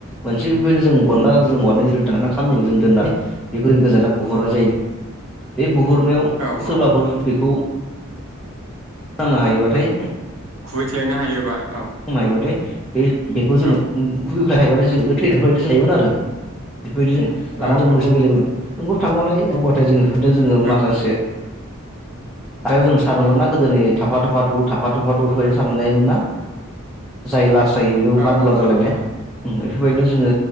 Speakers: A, in the centre; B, on the right.
A: मोनसे बेफोरबायदिनो जों गना जों औवानि <unintelligible> दाननानै खामि जों दोननाय बे <unintelligible> गोजानाव बुहरनाय जायो बे बुहरनायाव
B: औ
A: सोरबाफोर
B: औ
A: जुदि बेखौ नांनो हायोबाथाय
B: खुबैख्लायनो हायोबा औ
A: मायबाथाय बे-बेखौ जोङो
B: औ
A: <unintelligible> <unintelligible> बेफोरबायदि जों लानानै
B: औ
A: उन्दै सम गेलेबोदों। नोंगौ <unintelligible> जोङो <unintelligible> जोङो
B: औ
A: माखासे आरो जों सानोमोनना गोदोनि थाफा थुफा थु थाफा थुफा थु फोरबायदि साननायमोन ना? जाय लास जायो <unintelligible>
B: औ
A: बादुवा
B: औ
A: जालायनाय
B: नंगौ नोंथां
A: फोरबायदि जोङो